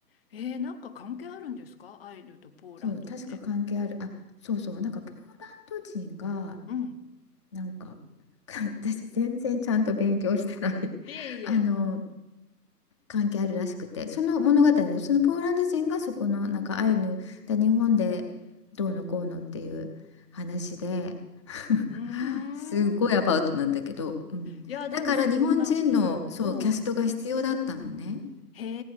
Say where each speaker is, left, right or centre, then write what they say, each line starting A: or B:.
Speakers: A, on the left (about 35°); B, on the left (about 20°).
A: へえ、なんか関係あるんですかアイヌとポーランドって。
B: そう、確か関係ある。あ、そうそう。なんかポーランド人が、
A: うん。
B: なんか、<laughs> 私全然ちゃんと勉強してない
A: いえいえ。
B: <laughs>。あの、関係あるらしくてその物語のそのポーランド人がそこのなんかアイヌで日本でどうのこうのっていう話で <laughs>
A: うーん。
B: すごいアバウトなんだけど、うん、
A: いや、でもそんな、
B: だから日本人のそうキャストが必要だったのね。
A: うんうん。へ